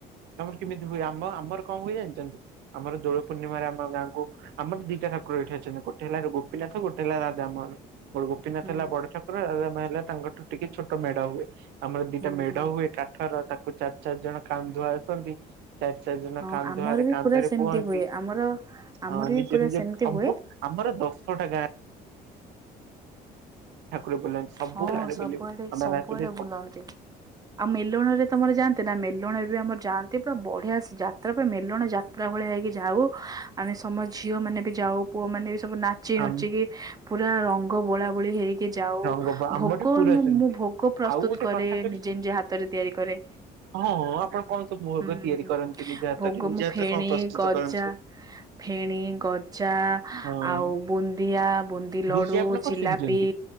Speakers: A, on the right; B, on the right.
A: ତମର କେମିତି ହୁଏ ଆମ ଆମର କଣ ହୁଏ ଜାଣିଛନ୍ତି ଆମର ଦୋଳ ପୂର୍ଣ୍ଣିମାରେ ଆମ ଗାଁକୁ ଆମ ଏଠି ଦିଟା ଠାକୁର ଏଠି ଅଛନ୍ତି ଗୋଟେ ହେଲା ଗୋପୀନାଥ ଗୋଟେ ହେଲା ରାଧାମୋହନ। ଆମର ଗୋପୀନାଥ
B: ହୁଁ
A: ହେଲା ବଡ ଠାକୁର ରାଧାମୋହନ ହେଲେ ତାଙ୍କଠୁ ଟିକେ ଛୋଟ ମେଢ଼ ହୁଏ ଆମର ଦିଟା
B: ହୁଁ
A: ମେଢ
B: ହୁଁ
A: ହୁଏ। କାଠର ତାକୁ ଚାରି ଚାରି ଜଣ କାନ୍ଧୁଆ ଆସନ୍ତି। ଚାରି ଚାରି ଜଣ
B: ହଁ
A: କାନ୍ଧରେ
B: ଆମର ବି
A: କାନ୍ଧରେ
B: ପୁରା ସେମିତି
A: ବୁହନ୍ତି
B: ହୁଏ ଆମର ଆମର
A: ହଁ
B: ବି
A: ନିଜେ
B: ପୁରା
A: ନିଜେ
B: ସେମିତି
A: ସବୁ
B: ହୁଏ
A: ଆମର ଦଶଟା ଗାଁ ଠାକୁର ବୁଲନ୍ତି ସବୁ
B: ହଁ
A: ଗାଁରେ
B: ସବୁଆଡେ
A: ବୁଲିବେ। ଆମ
B: ସବୁଆଡେ
A: ଗାଁରେ ଅଛନ୍ତି ସବୁ
B: ବୁଲନ୍ତି। ଆଉ ମେଲଣରେ ତମର ଯାଆନ୍ତି ନା ମେଲଣରେ ବି ଆମର ଯାଆନ୍ତି ପୁରା ବଢିଆ ଯାତ୍ରା ମେଲଣ ଯାତ୍ରା। ପୁରା ଭଳିଆ ହେଇକି ଯାଉ ଆମେ ସମସ୍ତ ଝିଅ ମାନେ ବି ଯାଉ ପୁଅ ମାନେ ବି ସବୁ ନାଚ ନାଚି
A: ଆମ
B: ନୁଚିକି ପୁରା ରଙ୍ଗ ବୋଳା ବୋଳି ହେଇକି। ଯାଉ
A: ରଙ୍ଗ ଆମଠି
B: ଭୋଗ
A: ପୁରା
B: ମୁଁ
A: ସେମିତି
B: ଭୋଗ ପ୍ରସ୍ତୁତ
A: ଆଉ ଗୋଟେ
B: କରେ
A: କଥା କହିବି
B: ନିଜେ ନିଜେ ହାତରେ ତିଆରି କରେ।
A: ହଁ ହଁ ଆପଣ କଣ ସବୁ ମୁର୍ଗ
B: ହୁଁ
A: ତିଆରି କରନ୍ତି ନିଜ ହାତରେ
B: ଭୋଗ
A: ନିଜ
B: ମୁ
A: ହାତରେ
B: ଫେଣି
A: କଣ ପ୍ରସ୍ତୁତ
B: ଗଜା।
A: କରନ୍ତି?
B: ଫେଣି ଗଜା
A: ହଁ
B: ଆଉ ବୁନ୍ଦିଆ ବୁନ୍ଦି ଲଡୁ
A: ବୁଲି ଆପଣ କଣ
B: ଜିଲାପି
A: ଶିଖିଛନ୍ତି